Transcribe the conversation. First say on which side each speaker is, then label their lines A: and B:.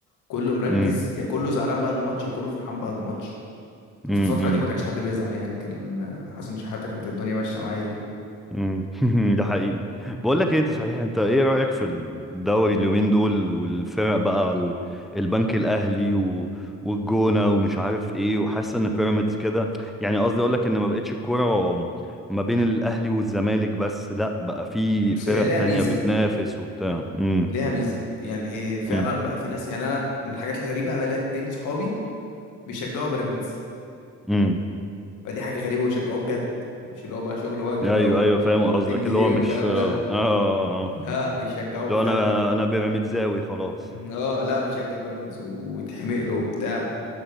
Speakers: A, on the left; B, in the centre.
A: كله مركز
B: امم
A: يا كله زعلان بعد الماتش يا كله فرحان بعد الماتش وفي
B: امم
A: الفتره دي ما كانش حد بيزعل يعني كان حسن شحاته كانت الدنيا ماشيه معايا
B: امم <laughs> ده حقيقي بقول لك ايه انت صحيح انت ايه رأيك في الدوري اليومين دول والفرق بقى ال- البنك الاهلي و... والجونة ومش عارف ايه وحاسس ان بيراميدز كده يعني قصدي اقول لك ان ما بقتش الكورة ما بين الاهلي والزمالك بس لا بقى في
A: بص
B: فرق
A: هي ليها
B: تانية
A: ميزه
B: بتنافس وبتاع امم
A: ليها ميزه يعني إيه فعلا
B: امم
A: بقى في ناس يعني انا من الحاجات الغريبه انا ليا اتنين صحابي بيشجعوا بيراميدز
B: امم.
A: فدي حاجه غريبه ويشجعوه بجد مش اللي هو بقى شغل وجبه
B: ايوه ايوه
A: و200
B: فاهم قصدك
A: جنيه
B: اللي هو
A: والكلام
B: مش اه
A: ده
B: اه اه
A: لا بيشجعوه
B: لو
A: فعلا
B: انا انا انا بيراميد زاوي خلاص
A: <laughs> اه لا بيشجع بيراميدز ويتحمق له وبتاع